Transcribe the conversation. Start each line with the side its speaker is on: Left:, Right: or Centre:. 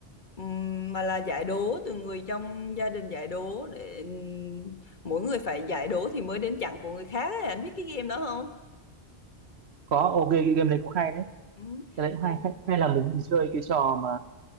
Left: ừm, mà là giải đố từ người trong gia đình giải đố để ừm, mỗi người phải giải đố thì mới đến chặng của người khác ấy. Anh biết cái game đó không?
Right: có ok cái game đấy cũng hay đấy
Left: Ừ,
Right: cái đấy cũng
Left: thì
Right: hay hay, hay là mình chơi cái trò mà